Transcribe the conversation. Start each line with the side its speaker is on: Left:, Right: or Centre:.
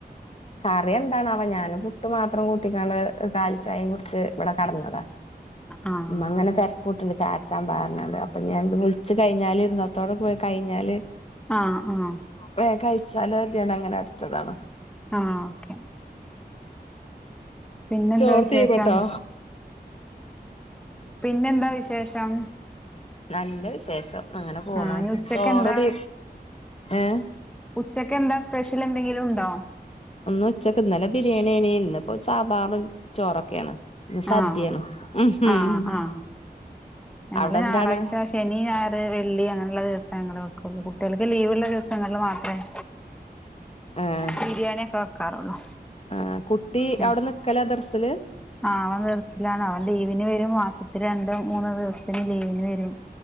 Left: കറി എന്താണവാ ഞാനും പുട്ട് മാത്രം കുട്ടിക്കാണ്ട് കാലിച്ചായയും കൂട്ടി ഇവിടെ കെടന്നതാ
Centre: ആഹ്
Left: ഉമ്മ അങ്ങനെ തെര കൂട്ട്ണ്ട് ചായ കുടിച്ചാൻ ബാ പർഞാണ് അപ്പെ ഞാൻ. ഇത് വിളിച്ച് കഴിഞ്ഞാല് ഇന്നത്തോടെ പോയി കഴിഞ്ഞാല്
Centre: ആഹ് ആഹ്
Left: വേ കഴിച്ചാലോ കരുതി അങ്ങനെ അടിച്ചതാണ്
Centre: ആഹ് ഓക്കെ പിന്നെന്താ
Left: ചോറ്
Centre: വിശേഷം
Left: തീമട്ടേ
Centre: പിന്നെന്താ വിശേഷം
Left: നല്ല വിശേഷം അങ്ങനെ പോണ്
Centre: ആ ഇനി ഉച്ചക്കെന്താ
Left: ചോറ് തീ ഏഹ്
Centre: ഉച്ചക്ക് എന്താ സ്പെഷ്യൽ എന്തെങ്കിലും ഉണ്ടോ
Left: ഒന്ന് ഉച്ചക്ക് ഇന്നല്ലെ ബിരിയാണിഎയ്നി ഇന്നപ്പോ സാബാറും ചോറൊക്കെയാണ് ഇന്ന് സദ്യആണ്
Centre: ആഹ്
Left: ഉം
Centre: ആഹ് ആഹ് ഞങ്ങള്
Left: അവിടെ
Centre: ഞായറാഴ്ച്ച
Left: എന്താണ്
Centre: ആ ശനി ഞായറ് വെള്ളി അങ്ങനെയുള്ള ദിവസങ്ങൾ വെക്കുള്ളൂ കുട്ടികൾക്ക് ലീവ ഉള്ള ദിവസങ്ങളിൽ മാത്രമേ
Left: ആഹ്
Centre: ബിരിയാണിയ ഒക്കെ വെക്കാറുള്ളൂ
Left: ആഹ് കുട്ടി
Centre: ഉം
Left: അവിടെ നിക്കലാ ദർസില്
Centre: ആഹ് അവൻ ദർസിലാണ് അവൻ ലീവിന് വരും മാസത്തി രണ്ടോ മൂന്നോ ദിവസത്തിന് ലീവിന് വരും